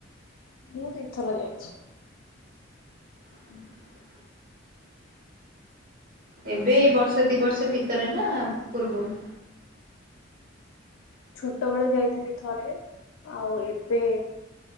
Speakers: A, on the left; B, on the right.
A: ମୁଁ ଦି ଥର ଯାଇଛି
B: ଉ ହୁଁ। ଏବେ ଏଇ ବର୍ଷେ ଦି ବର୍ଷେ ଭିତରେ ନା ପୂର୍ବରୁ?
A: ଛୋଟ ବେଳେ ଯାଇଥିଲି ଥରେ ଆଉ ଏବେ